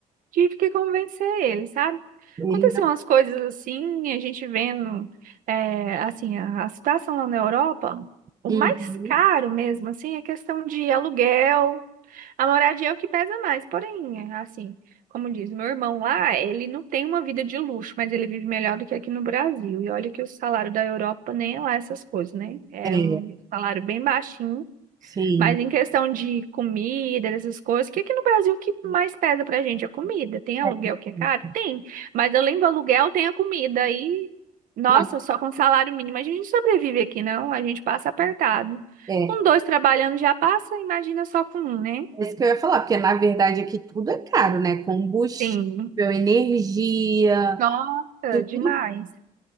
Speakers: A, on the right; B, on the right.
A: tive que convencer ele, sabe?
B: Ele...
A: Aconteceu umas coisas assim, a gente vendo, é, assim, a, a situação lá na Europa, o
B: Uhum.
A: mais caro mesmo, assim, é questão de aluguel, a moradia é o que pesa mais, porém, assim, como diz, meu irmão lá, ele não tem uma vida de luxo, mas ele vive melhor do que aqui no Brasil, e olha que o salário da Europa nem é lá essas coisas, né? É
B: É,
A: um salário bem baixinho,
B: sim.
A: mas em questão de comida, essas coisas, o que que no Brasil o que mais pesa pra gente? É comida. Tem aluguel
B: É.
A: que é caro?
B: verdade.
A: Tem. Mas além do aluguel, tem a comida. E, nossa,
B: Não,
A: só com salário mínimo a gente não sobrevive aqui, não. A gente passa apertado.
B: é.
A: Com dois trabalhando já passa, imagina só com um, né?
B: É isso que eu ia falar, porque na verdade aqui tudo é caro, né? Combustível,
A: Tem.
B: energia,
A: Nossa,
B: tudo.
A: demais.